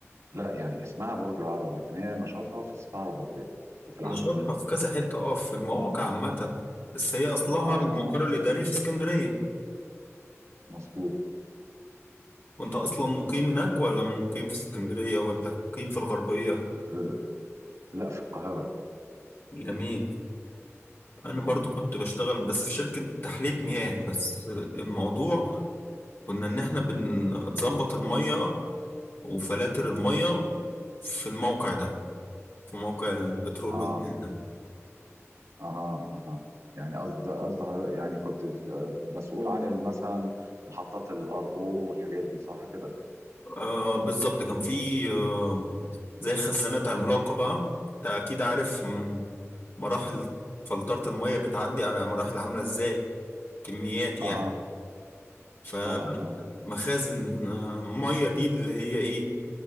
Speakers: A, on the right; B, on the left.
A: لا يعني اسمها برج العرب لكن هي نشاطها في الصحراء الغربية وفي العلمين
B: نشاطها في كذا حتة اه في المواقع عامة بس هي اصلها
A: اه
B: المقر
A: اه
B: الإداري في اسكندرية
A: مظبوط
B: وانت اصلا مقيم هناك ولا مقيم في اسكندرية ولا مقيم في الغربية
A: آه لا في القاهرة
B: جميل انا برضو
A: مم.
B: كنت بشتغل بس في شركة تحلية مياه بس الموضوع كنا إن إحنا بنظبط المية وفلاتر المية في الموقع ده في موقع البترول
A: اه
B: والجيز ده
A: اها اها يعني قصد قصد حضر- يعني كنت في- آه، مسؤول عن ال- مثلا محطات الار او والحاجات دي صح كده
B: آه بالظبط كان في آه زي خزانات عملاقة بقى أنت أكيد عارف م- مراحل فلترة المية بتعدي على مراحل عاملة إزاي كميات
A: اها
B: يعني فمخازن
A: طبعا اه
B: آه، مية دي اللي هي إيه